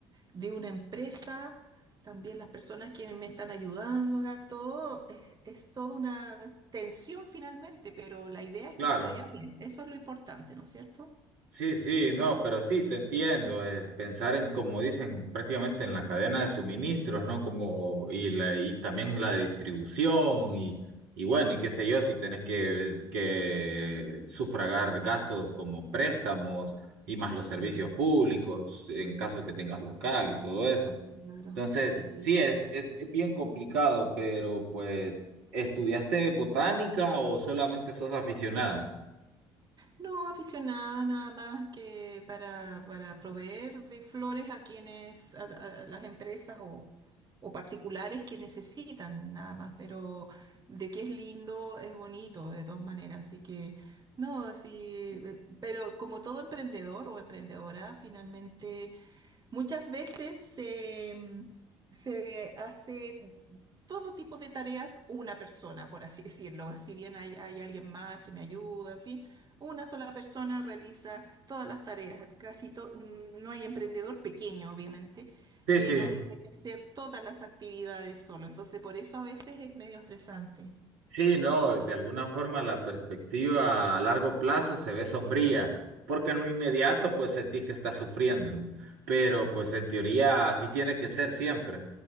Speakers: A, on the right; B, on the right.
A: de una empresa, también las personas que me están ayudando acá, todo es, es toda una tensión finalmente, pero la idea es que
B: claro.
A: me vaya bien. Eso es lo importante, ¿no es cierto?
B: Sí, sí, no, pero sí, te entiendo, es pensar en, como dicen, prácticamente en la cadena de suministros, ¿no? Como, y, la, y también la distribución, y, y bueno, y qué sé yo, si tenés que, que sufragar gastos como préstamos y más los
A: Sí,
B: servicios públicos, en caso que tengas local y todo eso.
A: claro,
B: Entonces,
A: sí.
B: sí, es, es bien complicado, pero pues, ¿estudiaste botánica o solamente sos aficionada?
A: No, aficionada nada más que para, para proveer de flores a quienes, a, a- a las empresas o, o particulares que necesitan nada más, pero de que es lindo, es bonito de todas maneras, así que no, sí, eh, pero como todo emprendedor o emprendedora, finalmente Muchas veces se se hace todo tipo de tareas una persona, por así decirlo. Si bien hay, hay alguien más que me ayuda, en fin, una sola persona realiza todas las tareas. Casi to- mm, no hay emprendedor pequeño, obviamente,
B: Sí,
A: que
B: sí.
A: no tenga que hacer todas las actividades solo. Entonces, por eso a veces es medio estresante.
B: Sí, no, de alguna forma la perspectiva a largo plazo se ve sombría, porque en lo inmediato pues sentís que estás sufriendo, ¿no? Pero pues en teoría así tiene que ser siempre.